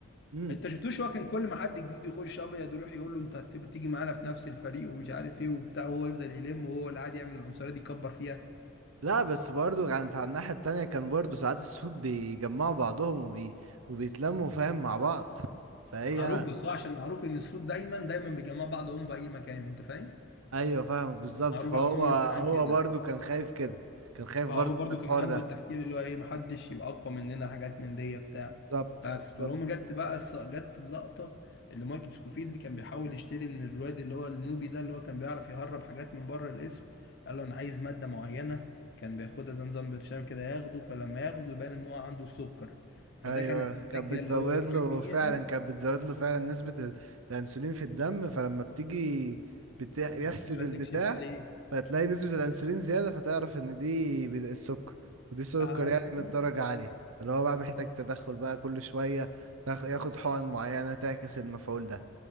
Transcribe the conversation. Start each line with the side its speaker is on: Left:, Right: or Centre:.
Right: مم.
Left: انت شفتوش هو كان كل ما حد جديد يخش ابيض يروح يقول له انت هت- تيجي معانا في نفس الفريق ومش عارف ايه وبتاع وهو يفضل يلم وهو اللي عادي يعمل العنصريه دي يكبر فيها
Right: لا بس برضه كانت على الناحيه التانية كان برضه ساعات السود بيجمعوا بعضهم وبي... وبيتلموا فاهم مع بعض فهي
Left: معروف بس هو عشان معروف ان السود دايما دايما بيجمعوا بعضهم في اي مكان انت فاهم
Right: ايوه فاهمك بالظبط
Left: معروف
Right: فهو
Left: عنهم من زمان
Right: هو
Left: كده
Right: برضو كان خايف كده كان خايف
Left: اه
Right: برضو
Left: هو برضو
Right: من الحوار
Left: كان عنده
Right: ده
Left: التفكير اللي هو ايه محدش يبقى اقوى مننا حاجات من دي بتاع
Right: بالظبط
Left: بس فالهم
Right: بالظبط
Left: جت بقى الس- جت اللقطه اللي مايكل سكوفيلد اللي كان بيحاول يشتري من الواد اللي هو النوبي ده اللي هو كان بيعرف يهرب حاجات من بره الاسم قال له انا عايز ماده معينه كان بياخدها زمزم برشام كده ياخده فلما ياخده يبان ان هو عنده السكر فده
Right: ايوه
Left: كانت الحجه
Right: كانت بتزود
Left: اللي هو يروح
Right: له
Left: بيها
Right: فعلا كانت بتزود له فعلا نسبة ال- الانسولين في الدم فلما بتيجي بتح-
Left: دكتوره
Right: يحسب البتاع
Left: تكشف عليه
Right: فتلاقي نسبة الانسولين زيادة فتعرف ان دي بد- السكر ودي سكر
Left: أيوه.
Right: يعني من الدرجة عالية اللي هو بقى محتاج تدخل بقى كل شوية تاخ- ياخد حقن معينة تعكس المفعول ده